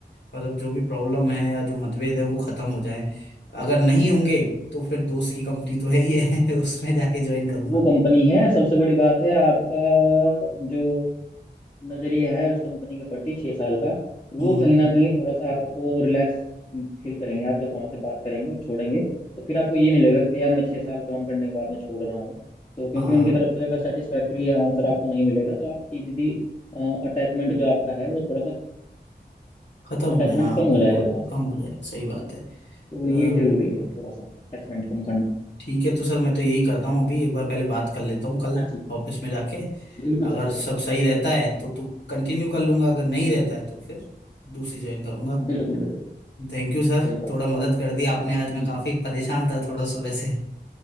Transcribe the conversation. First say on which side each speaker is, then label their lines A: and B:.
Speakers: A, on the left (about 80°); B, on the left (about 25°).
A: मतलब जो भी प्रॉब्लम है या जो मतभेद है वो खत्म हो जाए अगर नहीं होंगे तो फिर दोस्त की कंपनी तो है ही है <laughs> उसमें जाके ज्वाइन करूंगा
B: वो कंपनी है सबसे बड़ी बात है आपका जो नजरिया है उस कंपनी के प्रति छह साल का
A: हम्म
B: वो कहीं
A: हम्म।
B: ना कहीं थोड़ा सा आपको रिलैक्स फील करेंगे आप जब वहां से बात करेंगे और छोड़ेंगे तो फिर आपको ये नहीं लगेगा कि यार मैं छह साल काम करने के बाद में छोड़ रहा हूँ तो क्योंकि
A: हाँ
B: उनकी तरफ से अगर सेटिस्फैक्ट्री आंसर आपको नहीं मिलेगा तो आप इजिली अटैचमेंट जो आपका है वो थोड़ा सा
A: खत्म हो
B: अटैचमेंट
A: जाए हाँ
B: कम हो
A: बिल्कुल
B: जाएगा वहां से
A: कम हो जाए सही
B: है
A: बात
B: ना
A: है अ,
B: तो ये
A: बिल्कुल
B: जरूरी है थोड़ा सा अटैचमेंट कम करना
A: ठीक है तो सर मैं तो यही करता हूँ अभी एक बार पहले बात कर लेता हूँ कल
B: हाँ जी
A: ऑफिस में जाके
B: बिल्कुल
A: अगर
B: सर बिल्कुल
A: सब सही रहता है तो तो कंटिन्यू कर लूंगा अगर नहीं रहता है तो फिर दूसरी ज्वाइन करूंगा
B: बिल्कुल बिल्कुल
A: थैंक यू सर
B: सही बात
A: थोड़ा
B: है
A: मदद कर दी आपने आज मैं
B: जी
A: काफी परेशान था थोड़ा सुबह से